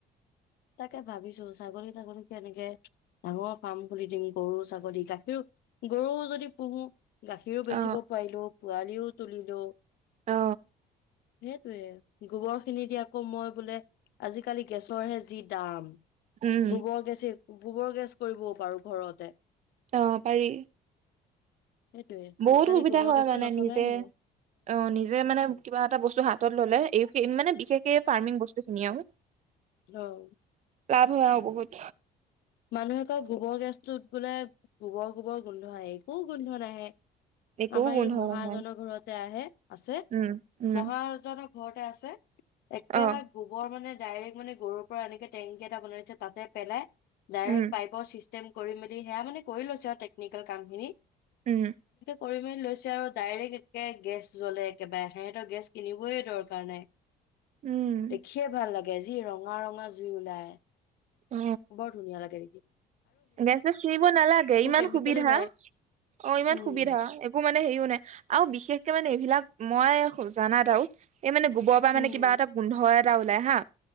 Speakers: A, on the left; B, on the right.
A: তাকে ভাবিছো ছাগলী-তাগলিকে এনেকে ডাঙৰ ফাৰ্ম খুলি দিম গৰু ছাগলী গাখীৰো গৰু যদি পোহো। গাখীৰো
B: অ
A: বেচিব পাৰিলো। পোৱালিও তুলিলো
B: অ।
A: সেইটয়ে। গোবৰ খিনি দি আকৌ মই বোলে, আজিকালি গেছৰহে যি দাম।
B: উম
A: গোবৰ গেছ। গোবৰ গেছ কৰিবও পাৰোঁ ঘৰতে।
B: অ, পাৰি।
A: সেইটোয়ে
B: বহুত
A: আজিকালি
B: সুবিধা
A: গোবৰ
B: হয়
A: গেছটো
B: মানে
A: নচলাই
B: নিজে,
A: হ'ল।
B: অ নিজে মানে কিবা এটা বস্তু হাতত ললে এইিন মানে। বিশেষকে ফাৰ্মিং বস্তু খিনিয়আও।
A: অঁ।
B: লাভ হয় অ বহুত।
A: মানুহে কয় গোবৰ গেছটো উঠ বোলে গোবৰ-গোবৰ গোন্ধ আহে, একো গোন্ধ নাহে।
B: একো
A: আমাৰ
B: গোন্ধ
A: এই মহএজনৰ
B: নহয়
A: ঘৰতে আহে। আছে,
B: উম উম
A: মহাজনক ঘৰতে আছে। একেবাৰে
B: অ
A: গোবৰ মানে। ডাইৰেক্ মানে গৰুৰ পৰা এনেকে টেংকি এটা বনাইছে তাতে পেলাই। ডাইৰেক্ট
B: উম
A: পাইপৰ চিষ্টেম। কৰি মেলি সেয়া মানে কৰি লৈছো আৰু টেকনিকেল কাম খিনি।
B: উম।
A: পৰিমাণ লৈছে আৰু ডাইৰেক্ট একে গেছ জ্বলে একেবাৰে সিহতৰ গেছ কিনিবই দৰকাৰ নাই
B: উম
A: দেখিয়ে ভাল লাগে গেজী ৰঙা ৰঙা জুই ওলাই
B: অ
A: বহুত ধুনীয়া লাগে নেকি
B: গেছ ছেজ কিনিব নালাগে ইমান
A: কেমিকেলো
B: সুবিধা
A: নাই
B: অ ইমান
A: উম
B: সুবিধা একো মানে হেৰিও নাই আৰু বিশেষকে মানে এইবিলাক ময়ো জানাত আও এই মানে গোবৰ পৰা
A: উম
B: কিবা এটা গোন্ধ এট ওলাই হা